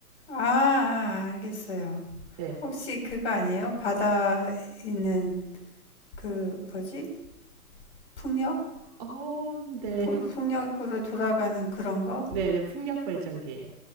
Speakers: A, on the left (about 45°); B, on the right (about 30°).
A: 아, 아, 알겠어요.
B: 네.
A: 혹시 그거 아니에요? 바다 있는 그 뭐지? 풍력?
B: 어, 네.
A: 풍,
B: <laughs>
A: 풍력으로 돌아가는 그런 거?
B: 네, 네, 풍력 발전기예요.